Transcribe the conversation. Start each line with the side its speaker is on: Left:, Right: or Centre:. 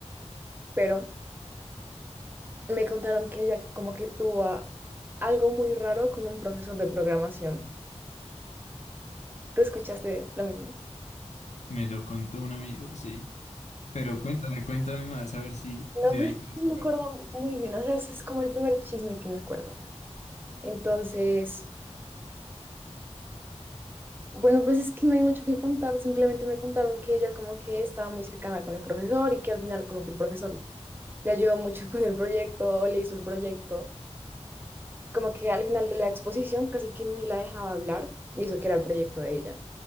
Right: pero me contaron que ella como que tuvo a- algo muy raro con un profesor de programación. ¿Tú escuchaste lo mismo?
Left: Me lo contó un amigo, sí. Pero cuéntame, cuéntame más, a ver si
Right: No,
Left: de
Right: pues
Left: ahí pienso
Right: no
Left: sacarlo.
Right: me acuerdo muy bien, o sea, ese es como el primer chisme que me acuerdo. Entonces, Bueno, pues es que no hay mucho que contar, simplemente me contaron que ella como que estaba muy cercana con el profesor y que al final como que el profesor le ayudó mucho <laughs> con el proyecto, o le hizo el proyecto, como que al final de la exposición casi que ni la dejaba hablar y eso que era el proyecto de ella.